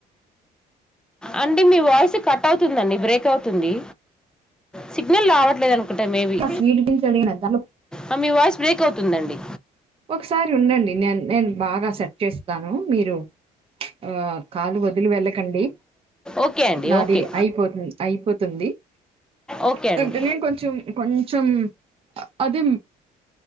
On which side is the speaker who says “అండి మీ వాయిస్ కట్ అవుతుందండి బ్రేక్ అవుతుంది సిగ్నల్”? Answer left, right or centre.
Centre